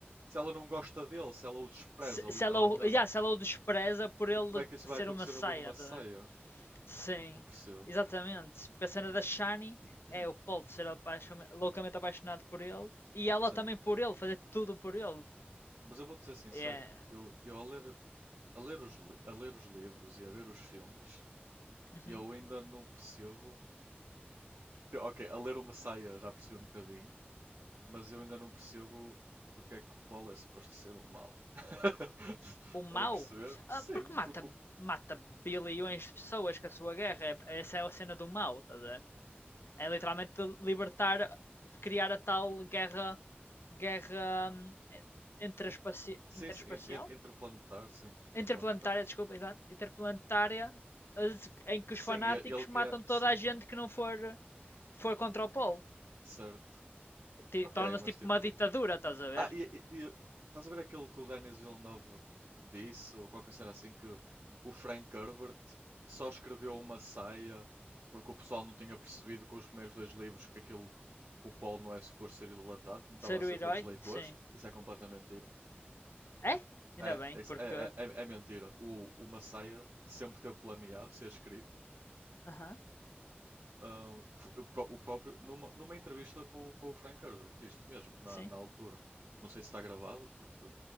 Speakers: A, on the right; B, on the left.
A: se ela não gosta dele, se ela o despreza,
B: Se,
A: literalmente?
B: se ela, o- yeah, se ela o despreza por
A: Tipo,
B: ele
A: como é que isso
B: ser
A: vai acontecer
B: uma saia,
A: no dono uma ceia?
B: tá vendo? Sim,
A: Não percebo.
B: exatamente. Porque a cena da Shani
A: <clears throat>
B: é o Paul ser apaixona- loucamente apaixonado por ele e ela
A: <coughs> Sim.
B: também por ele, fazer tudo por ele.
A: Mas eu vou dizer sincero,
B: É.
A: eu, eu a, ler, a, ler os, a ler os livros e a ver os filmes,
B: Uhum.
A: eu ainda não percebo. Tipo, Ok, a ler o Messiah já percebi um bocadinho, mas eu ainda não percebo porque é que o Paulo é suposto ser um mau. <laughs> Estás
B: O mau?
A: a perceber? Sim,
B: Ah, porque
A: porque
B: mata,
A: o
B: mata bilhões de pessoas com a sua guerra. é- Essa é a cena do mau, tá a É literalmente libertar, criar a tal guerra, guerra hum, interespaci-
A: Ent- Sim,
B: interespacial?
A: sim, ent- ent- interplanetar, sim, interplanetar.
B: Interplanetária, desculpa, exato. Interplanetária em que
A: Sim,
B: os fanáticos
A: e- ele queria.
B: matam toda
A: Sim,
B: a gente que não for, for contra o polo.
A: certo.
B: Ti-
A: Ok,
B: Torna-se
A: mas
B: tipo
A: tipo.
B: uma ditadura, estás a
A: Ah,
B: ver?
A: e, e- e- estás a ver aquilo que o Denis Villeneuve disse, ou qualquer cena assim, que o Frank Herbert só escreveu uma saia porque o pessoal não tinha percebido com os primeiros dois livros que aquilo, tipo, que o Paul não é suposto ser idolatrado, como estava
B: Ser
A: a ser
B: o herói,
A: pelos leitores.
B: sim.
A: Isso é completamente mentira.
B: É? Ainda
A: É,
B: bem,
A: é, isso-
B: porque.
A: é, é, é é mentira. O, o Messiah sempre teve planeado ser escrito
B: Aham,
A: Ah, fo- eu pró- o próprio, numa, numa entrevista com, o- com o Frank Herbert, isto mesmo, na,
B: sim.
A: na altura. Não sei se está gravado, porque,